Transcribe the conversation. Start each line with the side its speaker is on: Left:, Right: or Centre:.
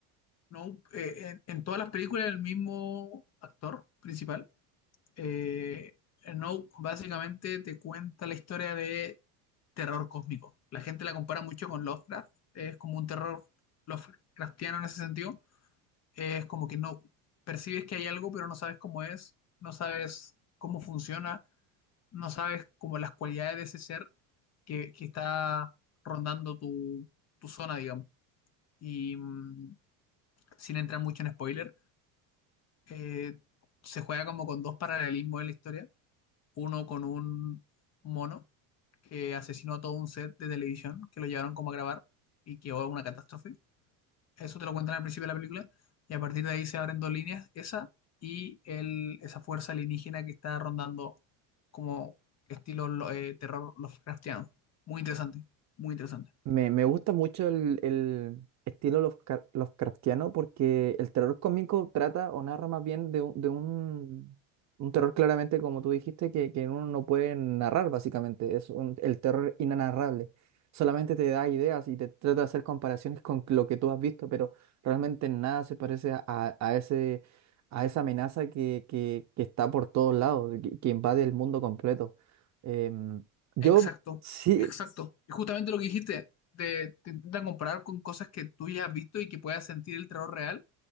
Left: Nope. eh, en, en todas las películas el mismo actor principal. Eh, Nope básicamente te cuenta la historia de terror cósmico. La gente la compara mucho con Lovecraft. Es como un terror Lovecraftiano en ese sentido. es como que no percibes que hay algo, pero no sabes cómo es, no sabes cómo funciona no sabes como las cualidades de ese ser que, que está rondando tu, tu zona, digamos. Y mm, sin entrar mucho en spoiler, eh, se juega como con dos paralelismos en la historia. Uno con un mono que asesinó a todo un set de televisión que lo llevaron como a grabar y que hubo una catástrofe. Eso te lo cuentan al principio de la película. Y a partir de ahí se abren dos líneas, esa y el, esa fuerza alienígena que está rondando como estilo lo- eh, terror Lovecraftiano. Muy interesante, muy interesante.
Right: Me, me gusta mucho el, el estilo Lovecra- Lovecraftiano porque el terror cómico trata o narra más bien de un, de un, un terror claramente, como tú dijiste, que, que uno no puede narrar básicamente. Es un- el terror inanarrable. Solamente te da ideas y te trata de hacer comparaciones con lo que tú has visto, pero realmente nada se parece a, a- a ese, a esa amenaza que, que, que está por todos lados, que, que invade el mundo completo. Em, yo
Left: Exacto,
Right: sí.
Left: exacto. Y justamente lo que dijiste, te, te intentan comparar con cosas que tú ya has visto y que puedas sentir el terror real.